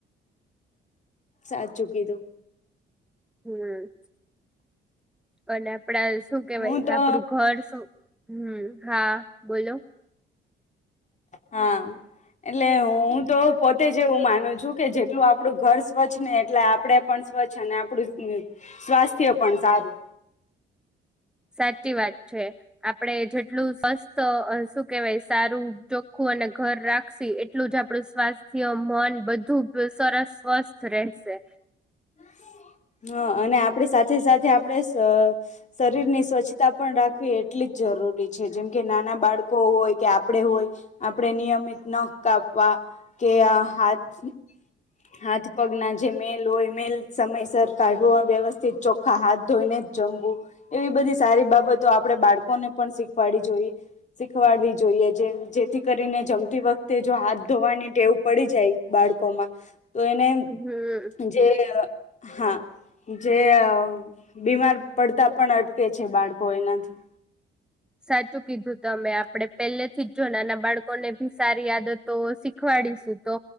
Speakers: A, on the left; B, in the centre.
A: સાચું ચૂકી કીધું.
B: હમ્મ. અને આપ પડા શું કેવાય
A: હું તો
B: આપડું ઘર શું હમ્મ, હા બોલો.
A: હા. એટલે હું તો પોતે જ એવું માનું છું કે જેટલું આપડું ઘર સ્વચ્છ ને એટલા આપડે પણ સ્વચ્છ અને આપડું સ્વાસ્થ્ય પણ સારું.
B: સાચી વાત છે. આપડે જેટલું સ્વસ્થ અહ શું કેવાય સારું ચોખ્ખું અને ઘર રાખશી એટલું જ આપડું સ્વાસ્થ્ય, મન બધું સરસ સ્વસ્થ રહેશ શે.
A: <inaudible> હા અને આપડી સાથે-સાથે આપણે શ શરીર ની સ્વચ્છતા પણ રાખવી એટલી જ જરૂરી છે, જેમ કે નાના બાળકો હોય કે આપડે હોય, આપણે નિયમિત નખ કાપવા કે આ હાથ-હાથ પગ ના જે મેલ હોય મેલ સમય સર કાઢવો, વ્યવસ્થિત ચોખ્ખા હાથ ધોઈને જ જમવું એવી બધી સારી બાબતો આપડે બાળકોને પણ શીખવાડી જોઈ. શીખવાડવી જોઈએ, જે જેથી કરીને જમતી વખતે જો હાથ ધોવાની ટેવ પડી જાય બાળ કોમાં તો એને
B: હમ
A: જે અહ હા જે બીમાર પડતા પણ અટકે છે બાળકો એનાથી.
B: સાચું કીધું તમે. આપડે પેલેથી જ જો નાના બાળકોને ભી સારી આદતો શીખવાડીશું તો